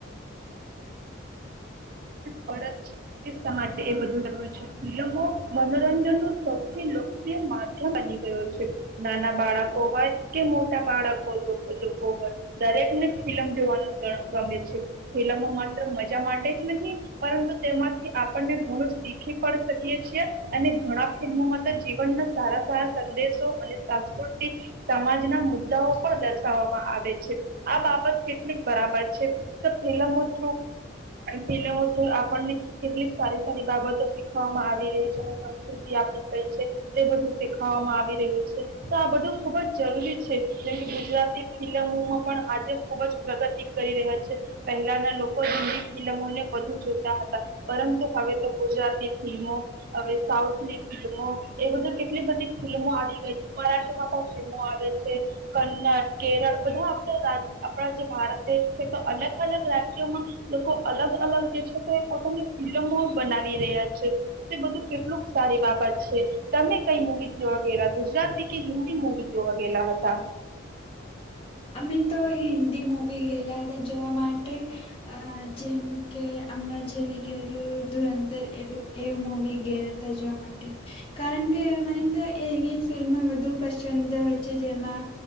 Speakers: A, on the right; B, on the left.
A: ફરજ એ માટે બધું જ છે ફિલમો મનોરંજન ન સૌથી લોકપ્રિય માધ્યમ બની ગયો છે નાના બાળકો હોય કે મોટા બાળકો લોકો હોય દરેક ને ફિલમ જોવાનું. ગમે છે ફિલ્મો માત્ર મજા માટે જ નહીં પરંતુ તેમાંથી આપણને ઘણું શીખી પણ શકીએ છીએ અને ઘણા ફિલ્મોમાં તો જીવનના સારા સારા સંદેશો અને સાંસ્કૃતિક સમાજ ના મુદ્દાઓ પણ દર્શાવવામાં આવે છે આ બાબત કેટલીક બરાબર છે તો ફિલ્લમો થ્રુ ફિલ્લમો થ્રુ આપણને કેટલીક સારી સારી બાબતો શીખવામાં આવી રહી છે અને સંસ્કૃતિ આપડી કઈ છે તે બધું શીખવામાં આવી રહ્યું છે તો આ બધું ખૂબ જ જરૂરી છે જેમ કે ગુજરાતી ફિલ્લમોમાં પણ આજે ખૂબ જ પ્રગતિ કરી રહ્યા છે પહેલાના લોકો હિન્દી ફિલ્મોને બધુ જોતા હતા પરંતુ હવે તો ગુજરાતી ફિલ્મો હવે સાઉથની ફિલ્મો એ બધું કેટલી બધી ફિલ્મો આવી ગઈ છે મરાઠીમાં પણ ફિલ્મો આવે છે કન્નડ કેરળ બધા આપણા આપણા ભારત દેશ છે તો અલગ અલગ રાજ્યોમાં લોકો અલગ અલગ જે છે તે પોતાની ફિલ્લમો બનાવી રહ્યા છે તે બધું કેટલુંક સારી બાબત છે તમે કઈ મુવી જોવા ગેલા ગુજરાતી કે હિન્દી મુવી જોવા ગેલા હતા.
B: અમે તો હિન્દી મવી ગયેલા હતા જોવા માટે જેમ કે અમણાં જે નીકળેલું ધૂર અંદર એ એ મવી ગયા હતા જોવા માટે કારણ કે મને તો એવી ફિલ્મ વધુ પસંદ હોય છે જેમાં